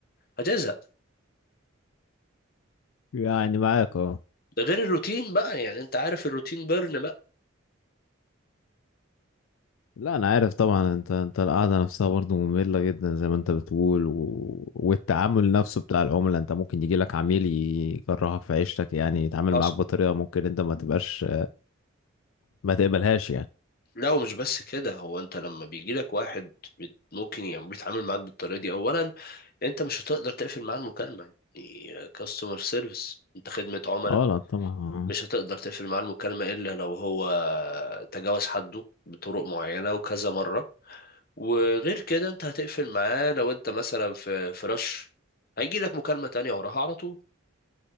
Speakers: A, on the left (about 45°); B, on the left (about 75°).
A: هتزهق
B: يعني معاك اه
A: ده غير الروتين بقى يعني انت عارف الروتين بيرن بقى
B: لا انا عارف طبعا انت انت القعده نفسها برضو ممله جدا زي ما انت بتقول و... والتعامل نفسه بتاع العملاء انت ممكن يجي لك عميل يكرهك في عيشتك يعني يتعامل
A: حصل
B: معاك بطريقه ممكن انت ما تبقاش ما تقبلهاش يعني
A: لا ومش بس كده هو انت لما بيجي لك واحد بت- ممكن يعني بيتعامل معاك بالطريقة دي اولا انت مش هتقدر تقفل معاه المكالمة يعني كاستمر سيرفيس انت خدمة عملاء
B: اه لا طبعا آه.
A: مش هتقدر تقفل معاه المكالمة إلا لو هو تجاوز حده بطرق معينة وكذا مرة وغير كده أنت هتقفل معاه لو أنت مثلا في في رش هيجي لك مكالمة تانية وراها على طول